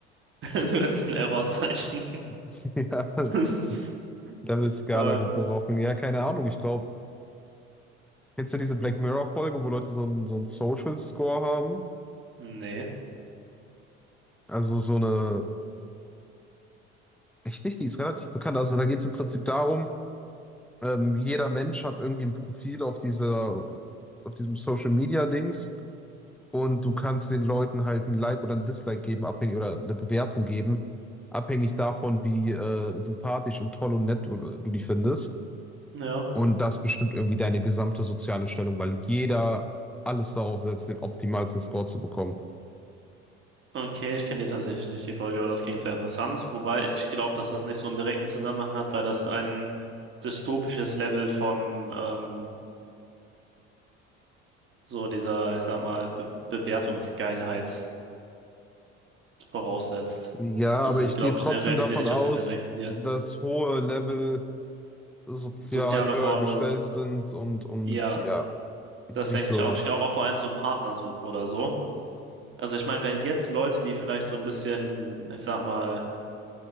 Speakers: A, on the right; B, in the centre.
A: du hättest ein Errorzeichen. <laughs>
B: <laughs> ja,
A: Das ist,
B: Level-Skala
A: äh,
B: gebrochen. Ja, keine Ahnung, ich glaube, kennst du diese Black Mirror-Folge, wo Leute so einen, so einen Social Score haben?
A: nee.
B: Also so eine, echt nicht, die ist relativ bekannt. Also da geht es im Prinzip darum, Ähm, jeder Mensch hat irgendwie ein Profil auf dieser, auf diesem Social Media Dings und du kannst den Leuten halt ein Like oder ein Dislike geben, abhängig oder eine Bewertung geben, abhängig davon, wie äh, sympathisch und toll und nett du du die findest.
A: Ja.
B: Und das bestimmt irgendwie deine gesamte soziale Stellung, weil jeder alles darauf setzt, den optimalsten Score zu bekommen.
A: Okay, ich kenne die tatsächlich nicht, die Folge, aber das klingt sehr interessant. Wobei ich glaube, dass das nicht so einen direkten Zusammenhang hat, weil das ein dystopisches Level von ähm, so dieser, ich sag mal, Be Bewertungsgeilheit voraussetzt.
B: Ja,
A: Das
B: aber
A: ist,
B: ich
A: glaube
B: gehe trotzdem
A: ich, in der Realität
B: davon
A: nicht
B: aus,
A: auf dem Level existiert.
B: dass hohe Level sozial
A: Soziale
B: höher
A: Forderungen,
B: gestellt sind und, und
A: ja,
B: ja,
A: das
B: sich
A: denke
B: so.
A: ich auch. Ich glaube auch vor allem so Partnersuche oder so. Also ich meine, wenn jetzt Leute, die vielleicht so ein bisschen, ich sag mal,